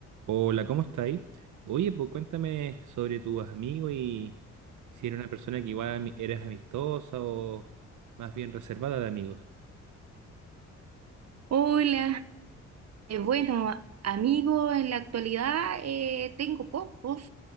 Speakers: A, on the right; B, on the right.
A: Hola, ¿cómo estáis? Oye, pues cuéntame sobre tus amigos y si eres una persona que igual ami- eres amistosa o más bien reservada de amigos.
B: Hola, Eh, bueno, amigo, en la actualidad eh, tengo pocos.